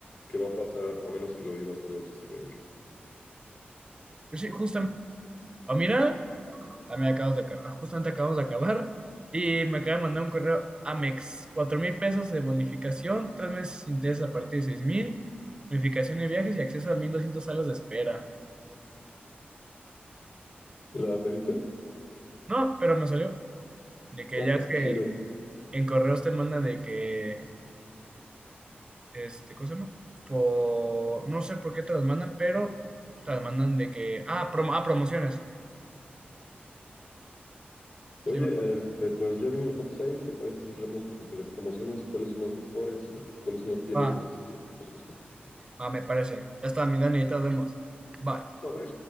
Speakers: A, on the left; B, on the right.
A: que va a pasar, a menos que lo vivas, no lo vas a creer.
B: Pues Sí, justamente. Ah, mira, también acabas de acabar, justamente acabamos de acabar y me acaba de mandar un correo Amex, cuatro mil pesos de bonificación, tres meses sin intereses a partir de seis mil, bonificación de viajes y acceso a 1200 salas de espera.
A: ¿La pediste?
B: No, pero me salió de que
A: Ah,
B: ya
A: <laughs>
B: es que
A: chido.
B: en correos te mandan de que este, ¿cómo se llama? Por, no sé por qué te las mandan, pero te las mandan de que, ah, promo- ah, promociones. Sí,
A: Oye,
B: bro.
A: este, pues ya viene el hot sale, ¿te parece si hablamos como que de promociones, de cuáles son las mejores y cuáles son las tiendas
B: Va,
A: a las que les gusta?
B: va, me parece. Ya está, mi Dani, ahí te nos vemos. Bye.
A: Sobre.